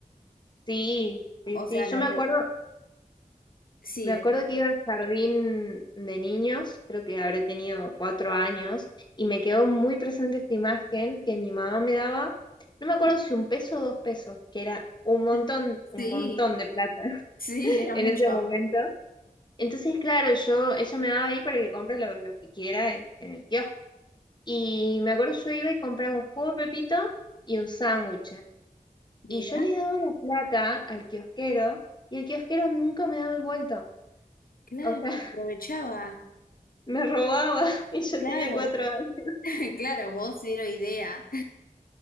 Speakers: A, on the left (about 30°); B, on the left (about 85°).
A: Sí, sí,
B: O sea,
A: sí. Yo
B: lo
A: me
B: re-
A: acuerdo,
B: sí,
A: Me
B: decí-
A: acuerdo que iba al jardín de niños, creo que habré tenido cuatro años, y me quedó muy presente esta imagen que mi mamá me daba, no me acuerdo si un peso o dos pesos, que era un montón,
B: <laughs> sí,
A: un montón de plata
B: sí,
A: <laughs>
B: era
A: en
B: mucho.
A: ese momento. Entonces, claro, yo, ella me daba ahí para que compre lo, lo que quiera en, en el kiosco. Y me acuerdo yo iba y compraba un jugo de Pepito y un sándwich.
B: Mirá,
A: Y yo le daba la plata al kiosquero y el kiosquero nunca me daba el vuelto.
B: claro,
A: O sea,
B: se aprovechaba,
A: me robaba <laughs> y yo
B: claro,
A: tenía cuatro años.
B: <laughs> claro, vos cero idea.